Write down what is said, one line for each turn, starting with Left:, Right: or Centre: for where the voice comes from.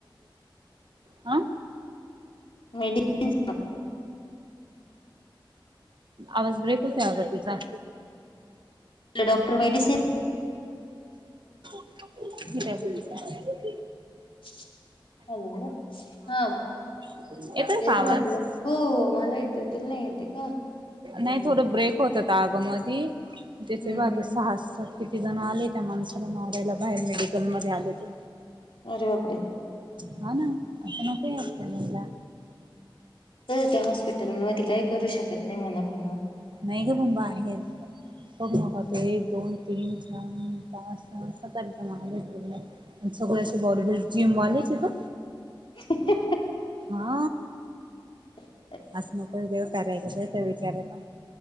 Right: आं.
Left: मेडिसिन
Right: आवाज ब्रेक होतग तुझा.
Left: हॅलो डॉक्टर मेडिसन
Right: <unintelligible>
Left: <unintelligible> हॅलो हा
Right: येतोय
Left: तेच
Right: का आवाज
Left: म्हटलं हो मला येत. तुल नाही येते का.
Right: नाही थोडं ब्रेक होतात आग मधी
Left: हम्म
Right: त्याचे
Left: हम्म.
Right: सहा सहा किती? त जण आले त्या माणसाला मारायला बाहेर मेडिकल मध्ये आले तर
Left: अरे बापरे
Right: हा ना असं नको याला
Left: तर त्या हॉस्पिटल मध्ये काय करू शकत नाही मला पण
Right: नाही ग पण बाहेर बघ मग
Left: हम्म.
Right: ते एक दोन तीन पात एक महाशपूर आणि सगळे असे बॉडीबिल्ड जिम वाॉले हहा.
Left: <unintelligible>
Right: हा.
Left: ह.
Right: असं मक देव करायला द त्या विचाराला